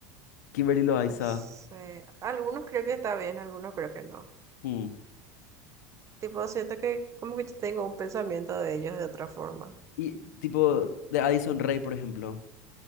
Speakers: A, on the left; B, on the right.
A: Kimberly Loaiza.
B: no sé. Algunos creo que está bien, algunos creo que no.
A: mm,
B: Tipo, siento que como que yo tengo un pensamiento de ellos de otra forma.
A: Y tipo de Addison Rae, por ejemplo.